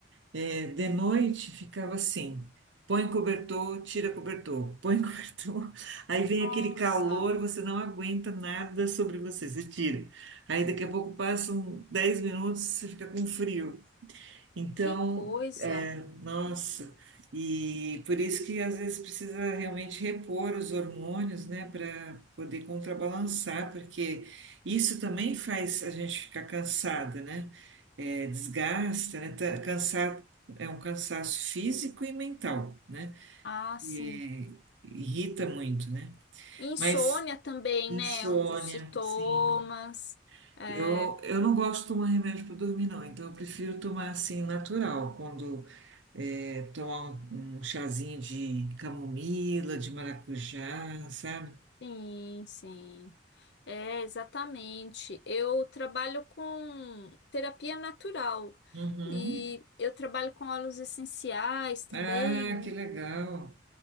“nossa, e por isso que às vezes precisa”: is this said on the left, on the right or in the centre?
Right